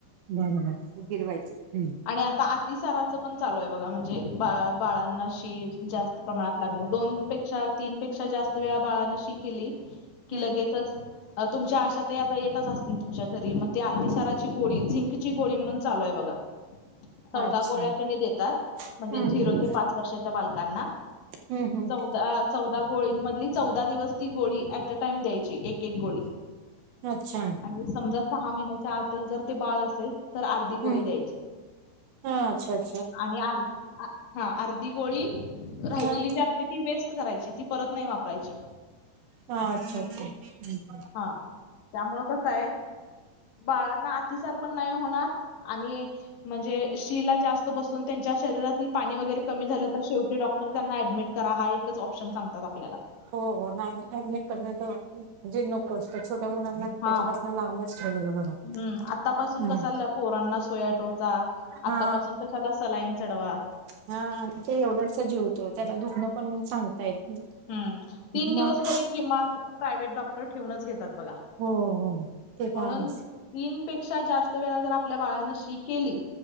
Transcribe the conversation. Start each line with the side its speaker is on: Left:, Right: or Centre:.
Right: बरोबर. गिरवायच हम्म.
Left: आणि आता अतिसाराचं पण चालू आहे बघा म्हणजे बा बाळांना शी जास्त प्रमाणात लागणे दोन पे तीन पेक्षा जास्त वेळा बाळान शी केली की
Right: हम्म.
Left: लगेचच तुमच्या आशा त आता येतच असतील तुमच्या घरी मग ते अतिसाराची गोळी झिंकची गोळी म्हणून चालू आहे बघा. चौदा
Right: अच्छा
Left: गोळ्या त्यांनी देतात
Right: हम्म
Left: म्हणजे झिरो
Right: हम्म.
Left: ते पाच वर्षाच्या बालकांना.
Right: हम्म हम्म
Left: चौदा चौदा गोळींमधली चौदा दिवस ती गोळी ऍट अ टाईम द्यायची एक एक गोळी.
Right: अच्छा
Left: आणि समजा सहा महिन्याच्या आतल जर ते बाळ असेल तर अर्धी
Right: हम्म
Left: गोळी द्यायची.
Right: हा अच्छा ज
Left: आणि हा अर्धी गोळी राहिलेली
Right: हा
Left: जा ते ती वेस्ट करायची. ती परत नाही वापरायची.
Right: हा अच्छा अच्छा. हम्म.
Left: हा त्यामुळ कसं हाय? बाळांना अतिसार पण नाही होणार आणि म्हणजे शी ला जास् तो बसून त्यांच्या शरीरातील पाणी वगैरे कमी झालं तर शेवटी डॉक्टर त्यांना ऍडमिट करा हा एकच ऑप्शन सांगतात आपल्याला.
Right: हो हो. नाही ऍडमिट करण जे नको असत छोट्या मुलांना
Left: हा
Right: त्याच्यापा न लांबच ठेवलेलं बरं.
Left: हम्म. आतापसून
Right: हम्म
Left: कसाला पोरांना सुया टोचा.
Right: हा
Left: आतापासून कशाला सलाईन चढवा.
Right: हा आणि ते एवढंस जेवतो त्याला दुखणं पण सांगता येत
Left: हम्म. तीन दिवस
Right: मग
Left: तरी किमान प्रायव्हेट डॉक्टर ठेवूनच घेतात बघा.
Right: हो हो ते
Left: म्हणून
Right: त आहेच.
Left: तीन पेक्षा जास्त वेळा जर आपल्या बाळानं शी केली